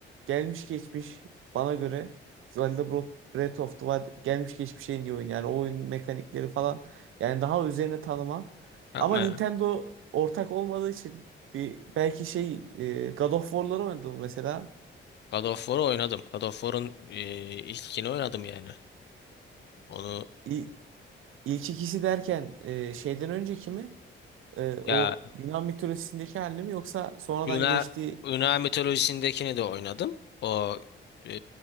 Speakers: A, on the right; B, on the left.
A: gelmiş geçmiş bana göre Zelda Bro- Breath of the Wild gelmiş geçmiş en iyi oyun. Yani o oyun mekanikleri falan yani daha üzerine tanımam.
B: Yapma
A: Ama Nintendo
B: ya.
A: ortak olmadığı için bir belki şey e, God of War'ları oynadım mesela.
B: God of War'u oynadım. God of War'un e, ilk ikini oynadım yani. Onu
A: İ- İlk ikisi derken e, şeyden önceki mi? E, o
B: ya
A: Yunan mitolojisindeki halini mi yoksa sonradan
B: Yunan
A: geçtiği
B: Yunan mitolojisindekini de oynadım. O e,